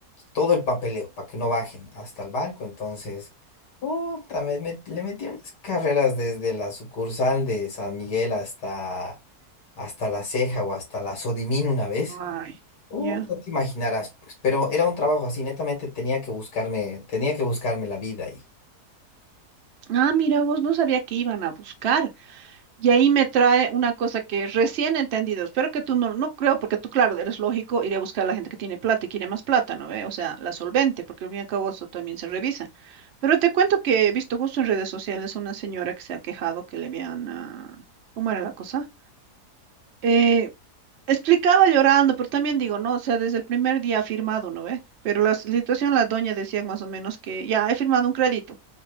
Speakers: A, on the left (about 85°); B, on the right (about 50°).
A: todo el papeleo para que no bajen hasta el banco. Entonces, puta, me- me- le metí unas carreras desde la sucursal de San Miguel hasta, hasta La Ceja o hasta la Sodimín una vez.
B: Ay,
A: Uh,
B: ya.
A: no te imaginarás, pues, pero era un trabajo así, netamente tenía que buscarme, tenía que buscarme la vida ahí.
B: Ah, mira, vos no sabía que iban a buscar. Y ahí me trae una cosa que recién he entendido. Espero que tú no, no creo, porque tú, claro, eres lógico, iré a buscar a la gente que tiene plata y quiere más plata, ¿no ve? O sea, la solvente, porque al fin y al cabo eso también se revisa. Pero te cuento que he visto justo en redes sociales una señora que se ha quejado que le habían, ah, ¿cómo era la cosa? Eh, explicaba llorando, pero también digo, no, o sea, desde el primer día ha firmado, ¿no ve? Pero la situación, la doña decía más o menos que ya he firmado un crédito